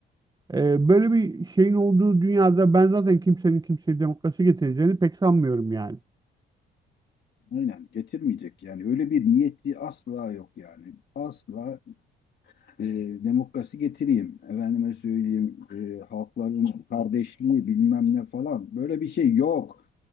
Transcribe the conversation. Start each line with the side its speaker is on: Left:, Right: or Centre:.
Right: Ee, böyle bir şeyin olduğu dünyada ben zaten kimsenin kimseye demokrasi getireceğini pek sanmıyorum yani.
Left: aynen getirmeyecek yani öyle bir niyeti asla yok yani asla e, demokrasi getireyim efendime söyleyeyim e, halkların kardeşliği bilmem ne falan böyle bir şey yok